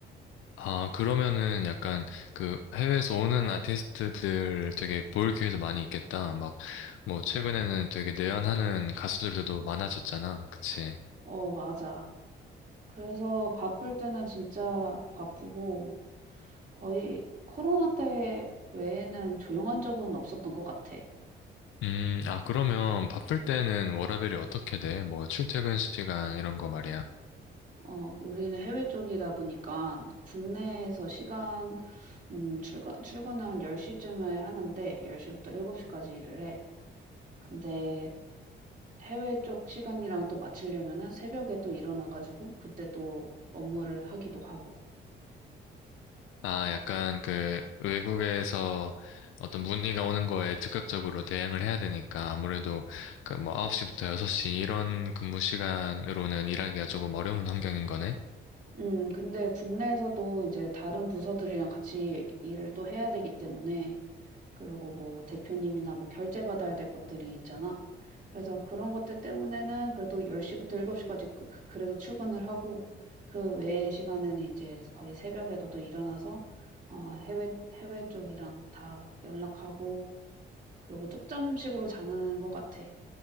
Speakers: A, on the left (about 85°); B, on the right (about 40°).
A: 아, 그러면은 약간 그 해외에서 오는 아티스트들 되게 볼 기회도 많이 있겠다. 막, 뭐, 최근에는 되게 내한하는 가수들도 많아졌잖아. 그치?
B: 어, 맞아. 그래서 바쁠 때는 진짜 바쁘고 거의 코로나 때 외에는 조용한 적은 없었던 것 같아.
A: 음, 아, 그러면 바쁠 때는 워라밸이 어떻게 돼? 뭐, 출퇴근 시간 이런 거 말이야.
B: 어, 우리는 해외 쪽이다 보니까 국내에서 시간, 음, 출근, 출근을 한 10시쯤에 하는데 10시부터 7시까지 일을 해. 근데 해외 쪽 시간이랑 또 맞추려면은 새벽에 또 일어나가지고 그때 또 업무를 하기도 하고.
A: 아, 약간 그 외국에서 어떤 문의가 오는 거에 즉각적으로 대응을 해야 되니까 아무래도 그 뭐 9시부터 6시 이런 근무 시간으로는 일하기가 조금 어려운 환경인 거네.
B: 음, 근데 국내에서도 이제 다른 부서들이랑 같이 일을 또 해야 되기 때문에 그리고 뭐 대표님이나 뭐 결제 받아야 될 것들이 있잖아. 그래서 그런 것들 때문에는 그래도 10시부터 7시까지 그 그래도 출근을 하고 그 외의 시간에는 이제 거의 새벽에도 또 일어나서 어 해외 해외 쪽이랑 다 연락하고 그리고 쪽잠식으로 자는 것 같아.